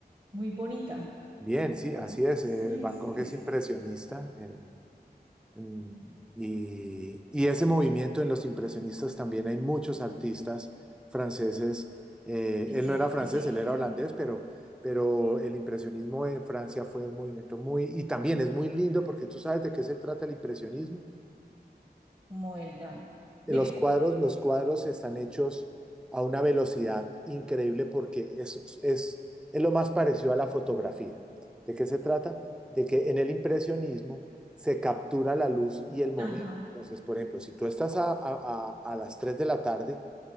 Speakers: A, on the right; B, in the centre.
A: muy bonita.
B: Bien, sí,
A: Como,
B: así es.
A: sí,
B: eh, Van
A: es,
B: Gogh
A: es
B: es impresionista. eh, Mm, Y, y ese movimiento en los impresionistas también hay muchos artistas franceses. Eh,
A: quisien-
B: él no era francés,
A: quisien-
B: él era holandés, pero, pero el impresionismo en Francia fue un movimiento muy, y también es muy lindo porque tú sabes de qué se trata el impresionismo.
A: como el, la- dime,
B: Los cuadros, los cuadros están hechos a una velocidad increíble porque es, es, es lo más parecido a la fotografía. ¿De qué se trata? De que en el impresionismo se captura la luz y el momento.
A: ajá,
B: Entonces, por ejemplo, si tú estás a, a, a las 3 de la tarde